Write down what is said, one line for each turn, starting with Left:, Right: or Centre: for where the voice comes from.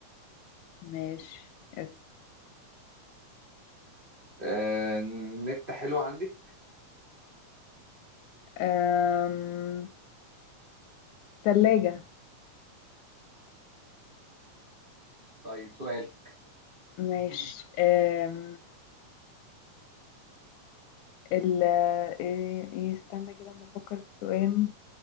Left: ماشي اسأل
Right: آه... نت حلو عندك
Left: آم، تلاجة
Right: طيب سؤال
Left: ماشي
Right: <clears throat>
Left: آم، ال ايه إيه، استنى كده ما افكر في سؤال